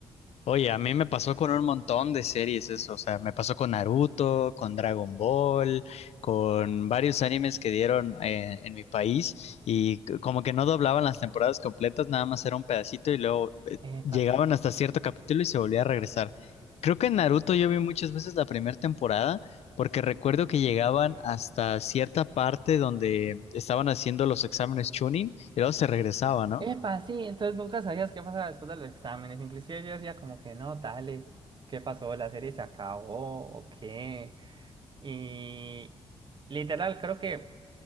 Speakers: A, on the left; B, on the right.
A: Oye, a mí me pasó con un montón de series eso, o sea, me pasó con Naruto, con Dragon Ball, con varios animes que dieron eh, en mi país y c- como que no doblaban las temporadas completas, nada más era un pedacito y luego eh,
B: Epa,
A: llegaban hasta cierto capítulo y se volvía a regresar. Creo que en Naruto yo vi muchas veces la primera temporada porque recuerdo que llegaban hasta cierta parte donde estaban haciendo los exámenes Chunin y luego se regresaba, ¿no?
B: epa, sí, entonces nunca sabías qué pasaba después de los exámenes. Inclusive yo decía como que no, dale, ¿qué pasó? ¿La serie se acabó o qué? Y literal, creo que